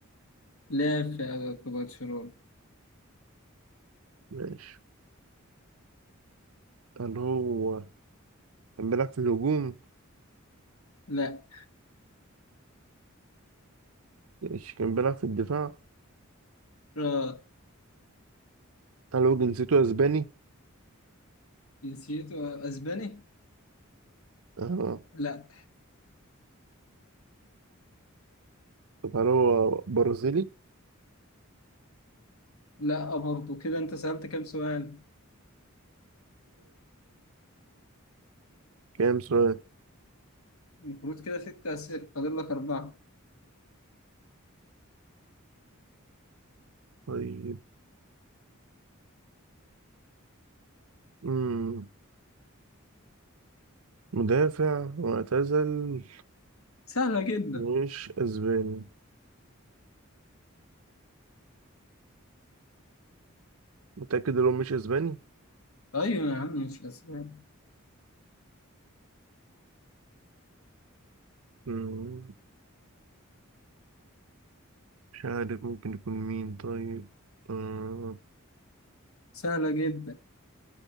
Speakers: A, on the left; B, on the right.
A: لعب في في برشلونة
B: ماشي هل هو كان بيلعب في الهجوم؟
A: لا
B: ماشي كان بيلعب في الدفاع؟
A: اه
B: هل هو جنسيته أسباني؟
A: جنسيته أسباني
B: آه.
A: لا
B: طب هل هو برازيلي؟
A: لا آه، برضه كده أنت سألت كام سؤال
B: كام سؤال
A: المفروض كده ست أسئلة فاضل لك أربعة
B: طيب مم. مدافع معتزل
A: سهلة جدا
B: مش اسباني متأكد ان هو مش اسباني
A: أيوة يا عم مش أسباني
B: مم. مش عارف ممكن يكون مين طيب آه.
A: سهلة جدا